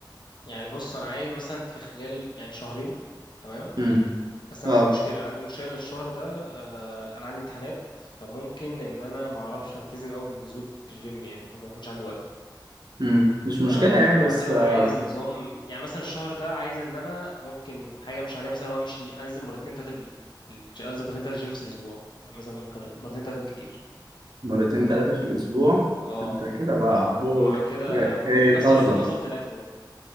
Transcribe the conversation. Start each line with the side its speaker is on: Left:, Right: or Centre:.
Left: يعني بص انا عايز مثلا في خلال يعني شهرين تمام
Right: امم
Left: بس انا
Right: اه
Left: عندي مشكله عندي مشكله ان الشهر ده آه، انا عندي امتحانات فممكن ان انا ما اعرفش التزم قوي بالنزول في الجيم يعني ممكن ما يكونش عندي وقت
Right: مم. مش مشكلة
Left: فمثلا
Right: يعني بس آه،
Left: عايز نظام يعني مثلا الشهر ده عايز ان انا ممكن حاجه مش عليها مثلا هو امشي انزل مرتين ثلاثه بال... بال- انزل مرتين ثلاثه جيم في الاسبوع يعني مثلا ممكن رت- مرتين ثلاثه بالكتير
Right: مرتين ثلاثة في الأسبوع
Left: اه
Right: أنت كده بقى عبور
Left: ومع كده
Right: جاي,
Left: وفي
Right: جاي تهزر
Left: نفس الوقت اكون ظابط الاكل برضه